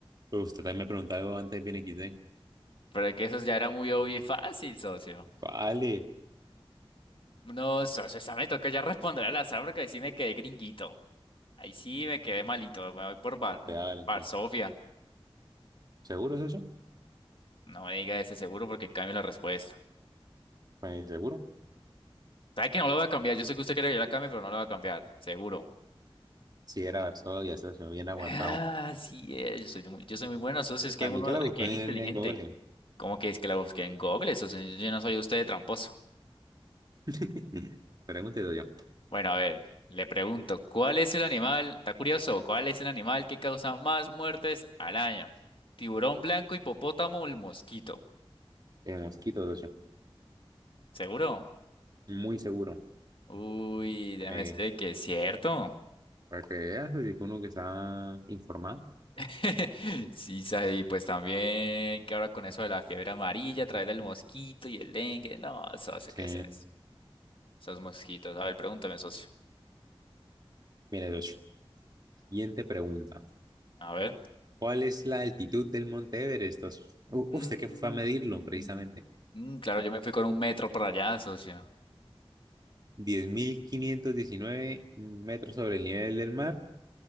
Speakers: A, on the right; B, on the left.
A: Pues usted también me preguntó algo antes bien XD.
B: Pero es que eso ya era muy obvio y fácil, socio.
A: Vale,
B: No, socio, esa me toca ya responder al azar porque ahí sí me quedé gringuito. Ahí sí me quedé malito. Me voy por Bar,
A: pues vale, entonces.
B: Bar Sofía.
A: ¿Seguro, socio?
B: No me diga ese seguro porque cambio la respuesta.
A: Pues seguro.
B: ¿Sabe que no lo voy a cambiar? Yo sé que usted quiere que yo la cambie, pero no la voy a cambiar. Seguro.
A: Sí, era Varsovia, ya se me bien aguantado.
B: Ah, sí es. Yo soy muy, yo soy muy bueno, socio. Es que
A: Para
B: uno
A: mí que la busco
B: que es
A: en,
B: inteligente.
A: en Google.
B: ¿Cómo que es que la busqué en Google, socio? Yo no soy usted de tramposo.
A: <laughs> Pregunte, yo.
B: Bueno, a ver, le pregunto, ¿cuál es el animal? Está curioso, ¿cuál es el animal que causa más muertes al año? ¿Tiburón blanco, hipopótamo o el mosquito?
A: En <laughs> Mosquito, yo.
B: ¿Seguro?
A: Muy seguro.
B: Uy, déjame
A: Me,
B: decirle que es cierto.
A: para que veas, así que uno que está informado.
B: <laughs> Sí, sabe, y pues también que ahora con eso de la fiebre amarilla a través del mosquito y el dengue. No, socio,
A: Sí.
B: ¿qué es eso? Esos mosquitos. A ver, pregúntame, socio.
A: Mira, Docho. Siguiente pregunta.
B: A ver.
A: ¿Cuál es la altitud del Monte Everest? socio? U-
B: Mm,
A: Usted que fue a medirlo, precisamente.
B: mm, claro, yo me fui con un metro para allá, socio.
A: 10.519 metros sobre el nivel del mar,